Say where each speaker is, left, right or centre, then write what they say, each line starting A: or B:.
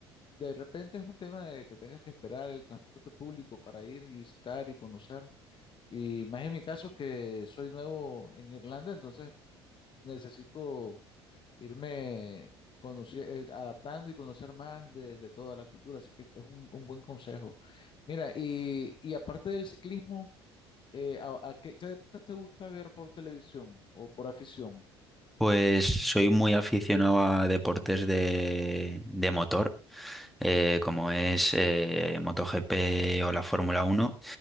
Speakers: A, on the left; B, in the centre.
A: de repente es un tema de que tengas que esperar el transporte público para ir y visitar y conocer. Y más en mi caso que soy nuevo en Irlanda, entonces necesito irme conoci- eh, adaptando y conocer más de, de toda la cultura, así que es un, un buen consejo. Mira, y, y aparte del ciclismo, eh, a, a qué, qué deportes te gusta ver por televisión o por afición?
B: Pues soy muy aficionado a deportes de, de motor, eh, como es eh, MotoGP o la Fórmula Uno